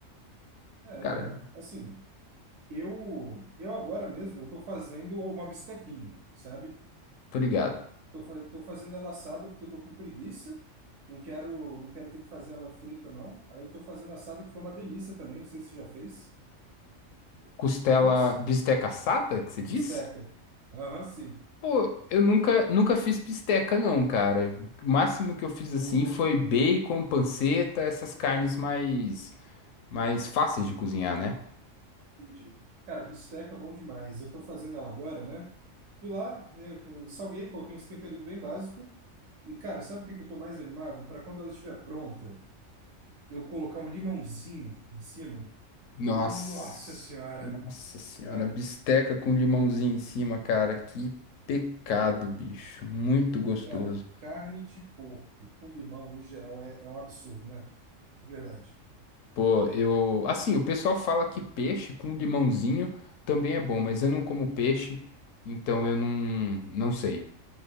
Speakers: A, on the right (about 70°); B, on the left (about 75°).
A: É,
B: Cara,
A: velho. Assim. Eu, eu agora mesmo, eu tô fazendo uma bistequinha, sabe?
B: tô ligado.
A: Tô, fa- tô fazendo ela assada porque eu tô com preguiça. Não quero, não quero ter que fazer ela frita, não. Aí eu tô fazendo assada que foi uma delícia também. Não sei se você já fez.
B: Costela
A: Já fez?
B: bisteca assada, que você diz?
A: Bisteca. Aham, sim.
B: Pô, eu nunca, nunca fiz bisteca não, cara. O máximo que eu fiz assim
A: O-
B: foi bacon, panceta, essas carnes mais mais fáceis de cozinhar, né?
A: Entendi. Cara, bisteca é bom demais. Eu tô fazendo ela agora, né? Fui lá, é, salguei, coloquei uns temperinhos bem básicos. E, cara, sabe o que que eu tô mais animado? Para quando ela estiver pronta, eu colocar um limãozinho em cima.
B: Nossa,
A: E, Nossa senhora,
B: nossa senhora,
A: cara,
B: bisteca com limãozinho em cima, cara, que pecado, bicho, muito gostoso.
A: cara, carne de porco com limão, no geral, é, é um absurdo, né? De verdade.
B: Pô, eu, assim, o pessoal fala que peixe com limãozinho também é bom, mas eu não como peixe, então eu não, não sei.